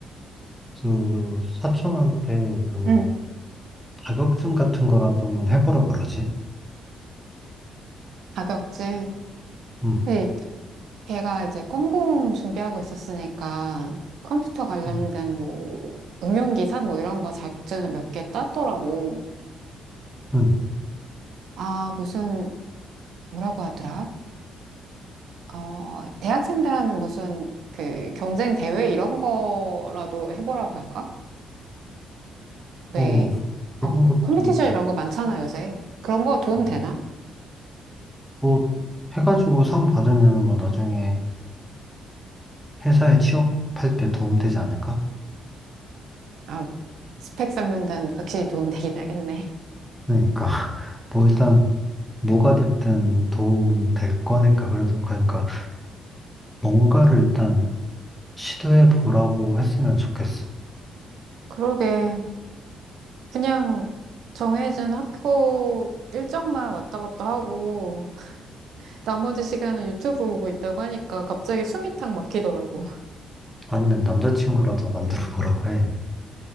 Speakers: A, in the centre; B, on the right.
A: 그 사촌한테 그
B: 응.
A: 자격증 같은 거라도 한번 해보라 그러지?
B: 자격증.
A: 응,
B: 네, 걔가 이제 컴공 준비하고 있었으니까 컴퓨터 관련된
A: 응,
B: 뭐 응용기사 뭐 이런 거 자격증을 몇 개 땄더라고.
A: 응.
B: 아, 무슨 뭐라고 하더라? 어, 대학생들 하는 무슨 그 경쟁 대회 이런 거라도 해보라고 할까? 왜,
A: 어,
B: 어,
A: 그런
B: 뭐,
A: 것도
B: 컴퓨티션 이런 거 많잖아, 요새. 그런 거 도움
A: 나-
B: 되나?
A: 뭐 해가지고 상 받으면은 뭐 나중에 회사에 취업할 때 도움되지 않을까?
B: 아, 스펙 쌓는다는 확실히 도움 되긴 하겠네.
A: 그러니까 <laughs> 뭐 일단 뭐가 됐든 도움 될 거니까 그래도 그러니까 뭔가를 일단 시도해 보라고 했으면 좋겠어.
B: 그러게. 그냥 정해진 학교 일정만 왔다 갔다 하고, 나머지 시간은 유튜브 보고 있다고 하니까 갑자기 숨이 탁 막히더라고. <laughs>
A: 아니면 남자친구라도 만들어 보라고 해.